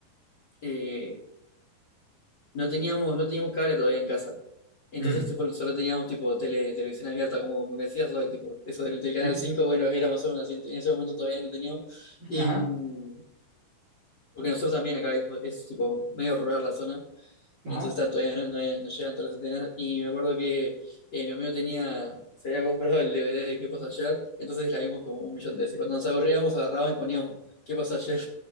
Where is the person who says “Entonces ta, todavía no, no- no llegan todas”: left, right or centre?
Left